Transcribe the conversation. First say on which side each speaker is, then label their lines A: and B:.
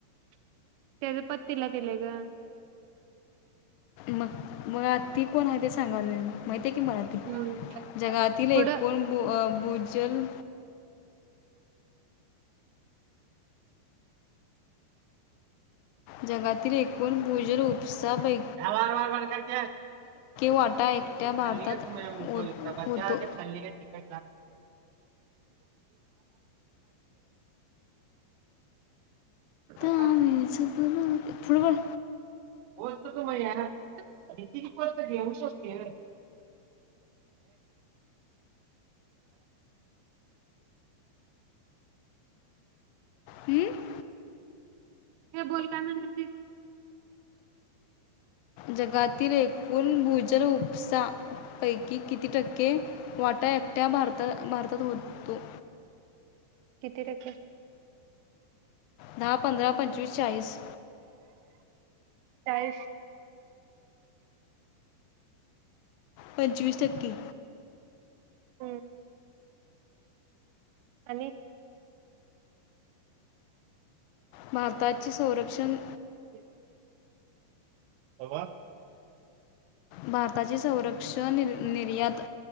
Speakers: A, on the right; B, on the left.
A: त्याच्या पत्तीला दिले ग
B: मग मग आ ती कोण आहे ते सांगाल मग ते मराठी
A: हम्म
B: जगातील
A: पुढं
B: एकूण जल जगातील एकूण भोजल उपसा बै
A: ह्या वार वार बरकायूर
B: वाटा एकट्या
A: खाल्ली
B: भारतात
A: का तुम्ही मुको
B: होत-
A: ब
B: होतो
A: खाल्ली का ख काढ
B: फुटबॉल
A: वस्त तू मा या ति पस्त घेऊ शकते
B: हं?
A: हे बोलताना न
B: जगातील एकूण भूजल उपसा पै किती टक्के वाट्या एकट्या भारात आता भारतात होतो
A: किती टक्के
B: दहा पंधरा पंचवीस चाळीस
A: चाळीस
B: पंचवीस तक्क हकी
A: हम्म आणि
B: भारताचे संरक्षण
A: होे हवा
B: भारताची संरक्षण निर्यात